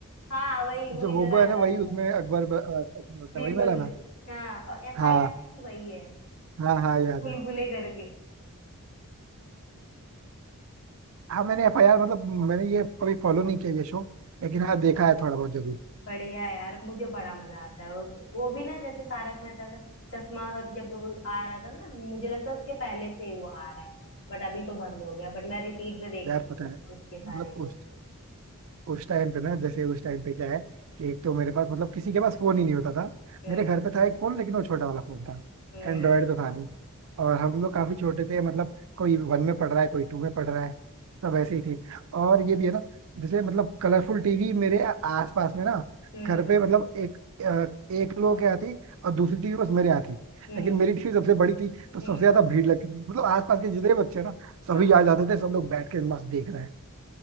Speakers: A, on the left; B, on the right.
A: हाँ वही वही
B: जो होबो
A: जो राजा
B: है ना
A: है
B: वही
A: ना
B: उसमें अकबर ब- अ, अकबर बनता
A: बीरबल
B: है वही वाला
A: में
B: ना
A: हाँ और एफआईआर
B: हाँ
A: में भी वही है
B: हाँ हाँ याद
A: बुलबुले
B: है
A: करके
B: हाँ मैंने एफ आई आर मतलब मैंने ये कभी फॉलो नहीं किया ये शो लेकिन हाँ देखा है थोड़ा बहुत जरूर
A: बढ़िया है यार मुझे बड़ा मजा आता है वो वो भी ना जैसे तारक मेहता का चश्मा जब आ रहा था ना मुझे लगता है उसके पहले से ही वो आ रहा है बट अभी तो बंद हो गया बट मैं रिपीट पे देखती
B: यार पता
A: हूँ
B: है
A: उसके सारे
B: मतलब
A: वो
B: उस उस टाइम पे ना जैसे उस टाइम पे क्या है कि एक तो मेरे पास मतलब किसी के पास फोन ही नहीं होता था
A: हम्म
B: मेरे घर पे था एक फोन लेकिन वो छोटा वाला फोन था
A: हम्म
B: एंड्रॉयड तो था नहीं और हम लोग काफी छोटे थे मतलब कोई वन में पढ़ रहा है कोई टू में पढ़ रहा है सब ऐसे ही थे और ये भी है ना जैसे मतलब कलरफुल टीवी मेरे आसपास में ना
A: हम्म
B: घर पे मतलब एक अ, एक लोग के यहाँ थी और दूसरी टीवी बस मेरे यहाँ थी
A: हम्म
B: लेकिन मेरी टीवी सबसे बड़ी थी तो सबसे
A: हम्म
B: ज्यादा भीड़ लगती थी मतलब आसपास के जितने बच्चे ना सभी
A: हाँ
B: आ जाते थे सब लोग बैठ के मस्त देख रहे हैं